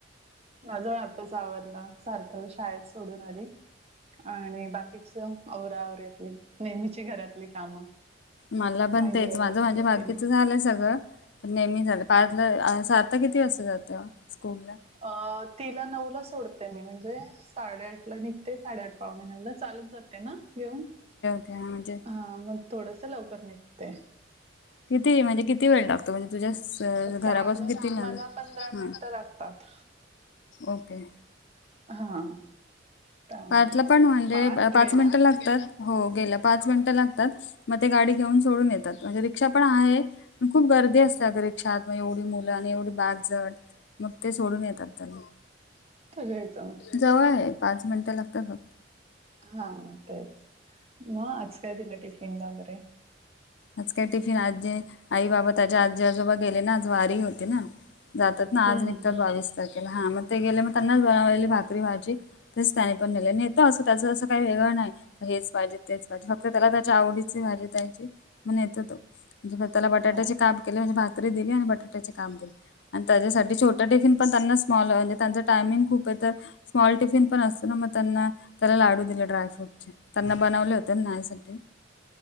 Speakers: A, on the right; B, on the left.
A: माझं आत्ताच आवरलं. सार्थक ला शाळेत सोडून आले. आणि आत्ता <unintelligible> आवरा आवरी आपली, नेहमीची घरातली काम.
B: मला पण
A: भांडी
B: तेच
A: वगैरे
B: माझं माझ्या बाकीचं
A: तेन
B: झालंय सगळं, पण नेहमी झालं, सार्थक किती वाजता जातं स्कूलला?
A: अ तिला नऊला सोडते मी, म्हणजे साडेआठला निघते, साडेआठ पावणे नऊला चालत जाते ना, घेऊन.
B: हा म्हणजे
A: हा, मग थोडस लवकर निघते.
B: किती म्हणजे,
A: असं.
B: किती वेळ लागतो म्हणजे तुझ्या घरापासून
A: चालत
B: किती लांब
A: मला पंधरा मिनिटं
B: आहे?
A: लागतात
B: ओके.
A: हा. त्यामुळे
B: पार्थला पण म्हणजे,
A: पार्थ
B: पाच
A: गेला
B: मिनटं लागतात. हो, गेला, पाच मिनटं लागतात, मग ते गाडी घेऊन सोडून येतात. म्हणजे रिक्षा पण आहे, पण खूप गर्दी असते रिक्षात, म एवढी मुलं आणि एवढी बॅग जड मग ते सोडून येतात त्याला
A: येतो
B: जवळ आहे, पाच मिनटं लागतात फक्त.
A: हा, तेच म आज काय दिलं टिफिनला वगैरे?
B: आज काय टिफिन, आजी आई बाबा त्याच्या आजी आजोबा गेले ना, आज वारी होते ना, जातात ना,
A: हं,
B: आज निघतात
A: हं.
B: बावीस तारखेला हा, मग ते गेले मग त्यांनाच बनवलेली भाकरी भाजी. तेच त्याने पण नेलं नेतो, असं त्याच असं काही वेगळं नाही, हेच पाहिजे तेच फक्त त्याला त्याच्या आवडीची भाजी द्यायची, म मी न्हेतोय तो, म्ह त्याला बटाट्याचे
A: अच्छा,
B: काप आण भाकरी दिली, बटाट्याचे काप दिले, त्याच्या साठी छोटा टिफीन पण दिला <unintelligible> आता त्यांच टाइमिंग खूप आहे तर स्मॉल टिफिन पण असतो ना, मग त्यांना त्याला लाडू दिले ड्रायफ्रूटचे, त्यांना बनवले होते. <unintelligible> साठी.